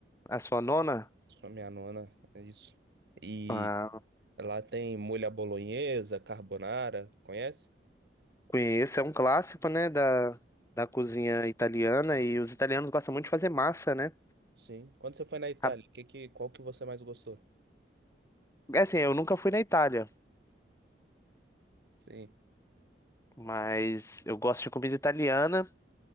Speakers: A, on the left; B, on the right.
A: A sua nona?
B: Sou minha nona, é isso. E
A: Ah,
B: lá tem molho à bolonhesa, carbonara, conhece?
A: Conheço, é um clássico, né, da, da cozinha italiana e os italianos gostam muito de fazer massa, né?
B: Sim. Quando você foi na Itália,
A: A-
B: que, que, qual que você mais gostou?
A: É assim, eu nunca fui na Itália,
B: Sim.
A: mas eu gosto de comida italiana